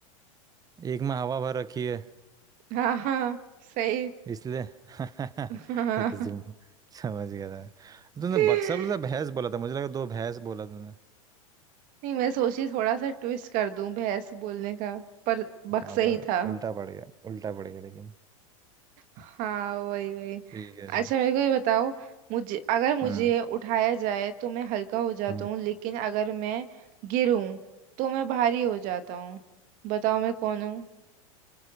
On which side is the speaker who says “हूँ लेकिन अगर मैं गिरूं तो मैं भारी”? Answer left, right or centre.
Right